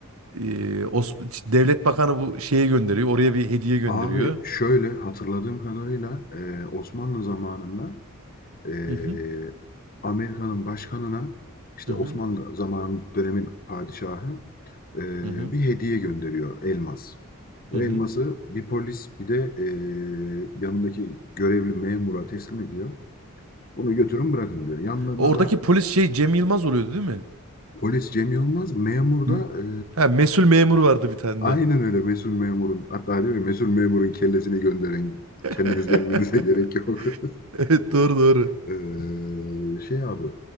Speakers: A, on the right (about 70°); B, on the left (about 45°).
A: E, Os- işte Devlet Bakanı bu şeye gönderiyor, oraya bir hediye gönderiyor.
B: Abi şöyle hatırladığım kadarıyla ee, Osmanlı zamanında Ee,
A: Hı hı,
B: Amerika'nın başkanına işte
A: hı hı,
B: Osmanlı zaman dönemin padişahı e,
A: hı hı,
B: bir hediye gönderiyor elmas. O
A: hı hı.
B: elması bir polis bir de e, yanındaki görevli memura teslim ediyor. Bunu götürün bırakın diyor. Yanlarına
A: Oradaki
B: da
A: polis şey Cem Yılmaz oluyordu değil mi?
B: polis Cem Yılmaz, memur
A: M-
B: da e,
A: Ha, mesul memur vardı bir tane
B: aynen
A: de.
B: öyle mesul memurun hatta diyor ya, mesul memurun kellesini gönderin. Kendiniz
A: <laughs>
B: gelmenize <laughs> gerek yok. <laughs>
A: Evet doğru doğru.
B: Ee, şey abi